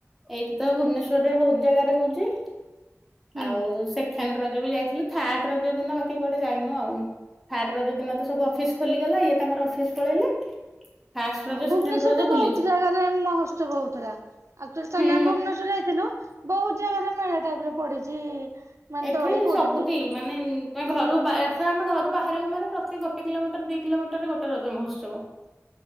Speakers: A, in the centre; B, on the right.
A: ଏଇଠି ତ ଭୁବନେଶ୍ଵରରେ ବହୁତ ଜାଗାରେ ହଉଚି
B: ହୁଁ
A: ଆଉ ସେଖେଣ୍ଡ ରଜ ବି ଯାଇଥିଲୁ ଥାର୍ଡ ରଜ ଦିନ ବାକି କୁଆଡେ ଯାଇନୁ ଆଉ ଥାର୍ଡ ରଜ ଦିନ ତ ସବୁ ଅଫିସ ଖୋଲିଗଲା ଇଏ ତାଙ୍କର ଅଫିସ ପଳେଇଲେ ଫାଷ୍ଟ ରଜ
B: ହଁ ଭୁବନେଶ୍ୱର
A: ସେକେଣ୍ଡ ରଜ
B: ତ
A: ବୁଲିଛୁ
B: ବହୁତ ଜାଗାରେ ମହୋତ୍ସବ ହଉଥିଲା ଆକ୍ଚୁଆଲି
A: ହୁଁ।
B: ଆମେ ଭୁବନେଶ୍୍ୱର ଯାଇଥିଲୁ ବହୁତ ଜାଗାରେ ମେଳା ଟାଇପ ର ପଡିଛି ମାନେ
A: ଏଠି
B: ଦୋଳି କୋଉଠି
A: ସବୁଠି
B: କି
A: ମାନେ ଘରୁ ଏଥର ଆମେ ଘରୁ ବାହାରିବ ମାନେ ପ୍ରତି ଗୋଟେ କିଲୋମିଟର ଦି କିଲୋମିଟର ରେ ଗୋଟେ ରଜ ମହୋତ୍ସବ